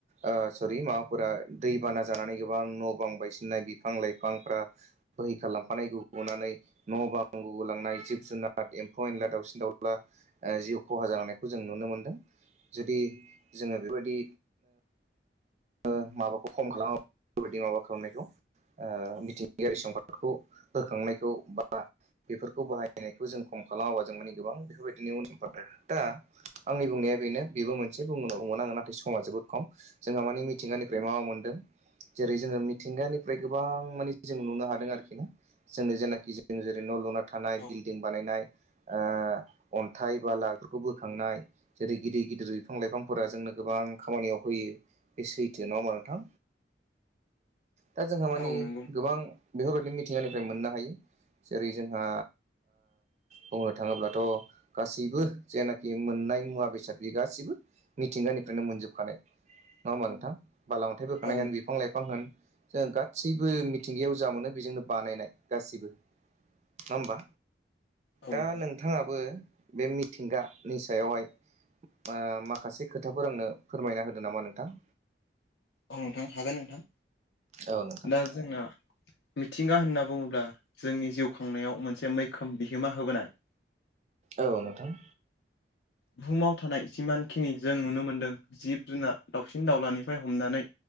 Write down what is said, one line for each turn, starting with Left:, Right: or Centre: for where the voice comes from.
Right: ओ सररि माबाफोरा दैबाना जानानै गोबां न' बां बायसिननाय बिफां लाइफांफ्रा बोहै खारलांफानायखौ नुनानै न' बां गुबुलांनाय जिब जुनार एम्फौ एनला दाउसिन दाउला ओ जिउ खहा जालांनायखौ जों नुनो मोन्दों। जुदि जोङो बेबायदि ओ माबाखौ खम खालाम बेफोरबायदि माबा खालामनायखौ ओ मिथिंगायारि सम्पदफोरखौ बोखांनायखौ बा बेफोरखौ बाहायनायखौ जों खम खालामाबा जों माने गोबां बेफोरबायदिनो उन <unintelligible> दा आंनि बुंनाया बेनो बेबो मोनसे बुंबोनांगौमोन आङो नाथाय समा जोबोद खम जोंहा मानि थिंगानिफ्राय मा मा मोनदों जेरै जोङो मिथिंगानिफ्राय गोबां माने जों नुनो हादों आरोखि जोंनो जेनाखि जों जेरै न' लुना थानाय
Left: औ
Right: बिल्डिं बानायनाय ओ अन्थाइ बाला फोरखौ बोखांनाय जेरै गिदिर गिदिर बिफां लाइफांफोरा जोंनो गोबां खामानियाव होयो। बे सैथो नङा होमबा नोंथां दा जोंहा माने
Left: औ नंगौ
Right: गोबां बेफोरबायदि मिथिंगानिफ्राय मोननो हायो जेरै जोंहा ओ बुंनो थाङोब्लाथ' गासैबो जेनाखि मोननाय मुवा बेसाद बे गासैबो मिथिंगानिफ्रायनो मोनजोबखानाय नङा होमबा नोंथां बाला अन्थाइ बोखांनाय
Left: औ
Right: होन बिफां लाइफां होन जों गादसैबो मिथिंगायाव जा मोनो बेजोंनो बानायनाय गासिबो नङा होमबा
Left: औ
Right: दा
Left: नोंथां
Right: नों थाङाबो बे मिथिंगानि सायावहाय मा-माखासे खोथाफोर आंनो फोरमायना होदो नामा नोंथां?
Left: औ नोंथां हागोन नोंथां
Right: औ नोंथां
Left: दा जोंना मिथिंगा होनना बुङोब्ला जोंनि जिउ खांनायाव मोनसे मैखोम बिहोमा होबोनाय।
Right: औ नोंथां।
Left: बुहुमाव थानाय जिमानखिनि जों नुनो मोन्दों जिब जुनार दावसिन दाउलानिफ्राय हमनानै